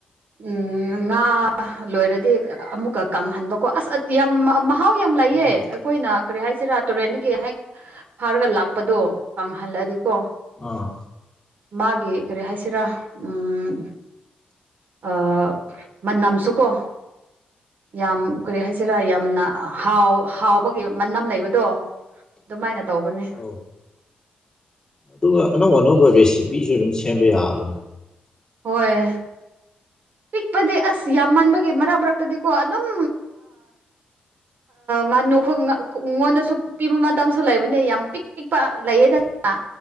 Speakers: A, on the right (about 65°); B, on the left (about 20°).
A: ꯎꯝ ꯉꯥ ꯂꯣꯏꯔꯗꯤ ꯑꯃꯨꯛꯀ ꯀꯪꯍꯟꯕ ꯀꯣ ꯑꯁ ꯌꯥꯝ ꯃꯍꯥꯎ ꯌꯥꯝ ꯂꯩꯌꯦ
B: ꯎꯝ
A: ꯑꯩꯈꯣꯏꯅ ꯀꯔꯤ ꯍꯥꯏꯁꯤ ꯆꯔꯥ ꯇꯨꯔꯦꯟꯒꯤ ꯍꯦꯛ ꯐꯥꯔꯒ ꯂꯥꯛꯄꯗꯣ ꯀꯪꯍꯜꯂꯗꯤꯀꯣ
B: ꯑ
A: ꯃꯥꯒꯤ ꯀꯔꯤ ꯍꯥꯏꯁꯤꯔꯥ ꯎꯝ ꯑ ꯃ ꯅꯝꯁꯨ ꯀꯣ ꯌꯥꯝ ꯀꯔꯤ ꯍꯥꯏꯁꯤꯔꯥ ꯌꯥꯝꯅ ꯍꯥꯎ ꯍꯥꯎꯕꯒꯤ ꯃꯅꯝ ꯂꯩꯕꯗꯣ ꯑꯗꯨꯃꯥꯏꯅ ꯇꯧꯕꯅꯤ
B: ꯑꯧ ꯑꯗꯨꯒ ꯑꯅꯧ ꯑꯅꯧꯕ ꯔꯦꯁꯤꯄꯤꯁꯨ ꯑꯗꯨꯝ ꯁꯦꯝꯕ ꯌꯥꯕꯅꯤ
A: ꯍꯣꯏ ꯄꯤꯛꯄꯗꯤ ꯑꯁ ꯌꯥꯝ ꯃꯟꯕꯒꯤ ꯃꯔꯛ ꯃꯔꯛꯇꯗꯤꯀꯣ ꯑꯗꯨꯝ ꯉꯥꯅꯨ ꯑꯩꯉꯣꯟꯗꯁꯨ ꯄꯤꯕ ꯃꯇꯝꯁꯨ ꯂꯩꯕꯅꯦ ꯌꯥꯝ ꯄꯤꯛ ꯄꯤꯛꯄ ꯂꯩꯌꯦꯗ ꯑ